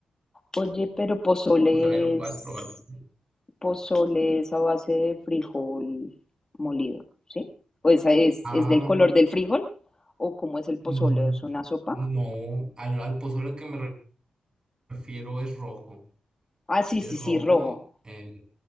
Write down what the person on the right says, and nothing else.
Ojalá lo puedas
probar.
Ah,
mm,
no, al, al pozole que me prefiero es rojo.
Es
rojo.
eh,